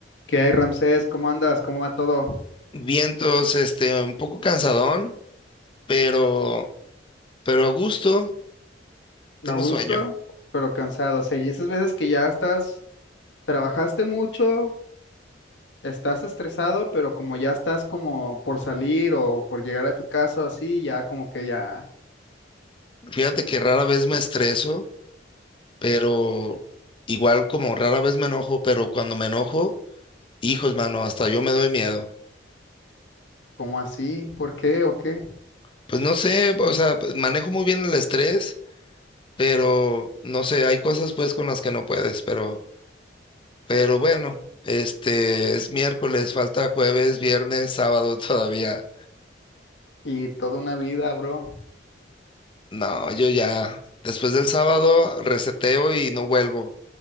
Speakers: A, on the left (about 75°); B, on the left (about 25°).
A: ¿Qué hay, Ramsés? ¿Cómo andas? ¿Cómo va todo?
B: Vientos, este, un poco cansadón, pero, pero a gusto, tengo
A: A gusto,
B: sueño.
A: pero cansado. O sea, y esas veces que ya estás, trabajaste mucho, estás estresado, pero como ya estás como por salir o por llegar a tu casa o así, ya como que ya,
B: Fíjate que rara vez me estreso, pero igual como rara vez me enojo, pero cuando me enojo, hijos, mano, hasta yo me doy miedo.
A: como así? ¿Por qué o qué?
B: Pues no sé, o sea, pues, manejo muy bien el estrés, pero no sé, hay cosas pues con las que no puedes, pero, pero bueno, este, es miércoles, falta jueves, viernes, sábado <laughs> todavía.
A: Y toda una vida, bro.
B: No, yo ya, después del sábado reseteo y no vuelvo.